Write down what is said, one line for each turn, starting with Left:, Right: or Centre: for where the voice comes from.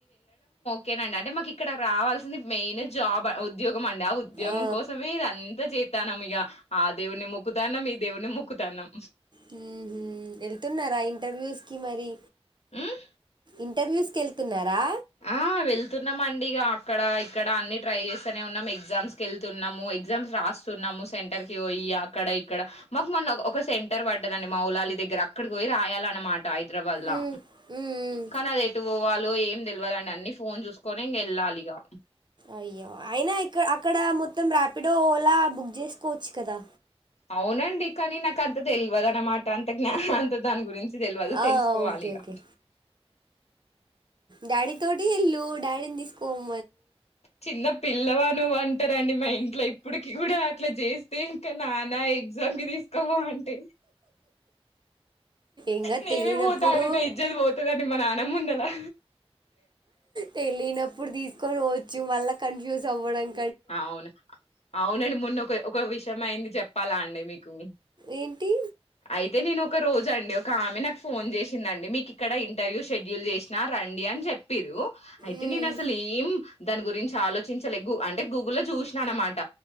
Left: కేనండి అంటే మాకు ఇక్కడ రావాల్సింది మెయిన్ జాబ్ ఉద్యోగ్ గుమండా ఉద్యోగం
Right: ఆ,
Left: కోసమే ఇదంతా జేత్ ధనము ఇగా ఆ దేవుని మొకుతానం ఈ దేవుని మొకుతానం.
Right: హుహూ ఏళ్తున్నారా ఇంటర్వ్యూస్ కి మరి.
Left: ఉమ్
Right: ఇంటర్వ్యూస్క్ వెళ్తున్నారా.
Left: ఆ వెళ్తున్నామండి. ఇగా అక్కడ ఇక్కడ అన్ని ట్రై చేస్తేనే ఉన్నాం ఎగ్జామ్స్ ఏళ్తునామండి ఎగ్జామ్స్ రాస్తున్నాము. సెంటర్ కి పోయి అక్కడ ఇక్కడ మాకు మొన్న ఒక సెంటర్ పడ్డదండి. మవ్ లాలి దగ్గర అక్కడి పోయి రాయాలన్నమాట హైద్రావాద్ లా
Right: ఉమ్, ఉమ్, ఉమ్.
Left: కానీ అది ఎటు పోవాలో ఏం. తెల్వదండి అన్ని ఫోన్ చూసుకొనే ఇంగా ఏళ్ళాలి ఇగా.
Right: అయ్యో అయినా ఇక్క అక్కడ మొత్తం ర్యాపిడో ఓలా బుక్ చేసుకోవచ్చు కదా.
Left: అవునండి. కానీ నాకు అంత తెల్వదు అన్నమాట అంత జ్ఞా అంత దాని గురించి. తెల్వదు
Right: ఆ
Left: తెలుసుకోవాలి
Right: ఒకే
Left: ఇగ
Right: ఒకే డాడీ తోట్ ఏహేలు డాడీన్ దిస్కోమ్
Left: చిన్న పిల్లవా నువన్ అంటారండి మా ఇంట్లో ఇప్పడుకి కూడా అట్లా జేస్. దీనకే నాన్న ఎగ్జామ్ కి తీసుకోవో అంటే.
Right: ఇంకా
Left: నీనే
Right: తెలియనప్పుడు
Left: పోతాడినా ఇజత్ పోతదాని మా నాన్న ముందలా.
Right: తెలియనప్పుడు తీసుకొని పోవచ్చు మళ్ళా కన్ఫ్యూజ్ అవడం
Left: అవును అవునండి మొన్న ఒక ఒక విషయం అయింది చెప్పాలా అండి మీకు
Right: ఏంటి
Left: అయితే నేను ఒక రోజు అండి ఒక ఆమె నాకు ఫోన్ చేసింది అండి మీకు ఇక్కడ ఇంటర్వ్యూ షెడ్యూల్ చేసినా రండి అని చెప్పిరు అయితే
Right: మ్మ్.
Left: నేను అసలు ఏం దాని గురించి ఆలోచించలే అంటే గూగుల్లో లో చూసినామ్ అనమాట